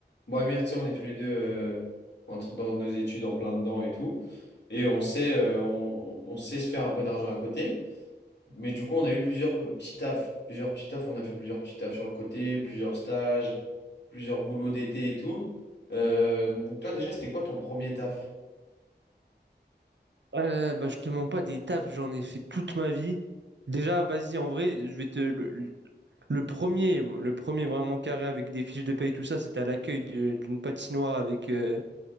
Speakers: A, on the left; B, on the right.
A: Bon, Amir, tu sais, on est tous les deux euh, entre- dans nos études en plein dedans et tout. Et on sait, euh, on, on sait se faire un peu d'argent à côté. Mais du coup, on a eu plusieurs euh, petits tafs. Plusieurs petits tafs. On a fait plusieurs petits tafs sur le côté, plusieurs stages, plusieurs boulots d'été et tout. Euh, toi, déjà, c'était quoi ton premier taf?
B: Euh, bah, je te mens pas, des tafs, j'en ai fait toute ma vie. Déjà, vas-y, en vrai, je vais te. Le, le- le premier, le premier vraiment carré avec des fiches de paye, tout ça, c'était à l'accueil de- d'une patinoire avec. euh,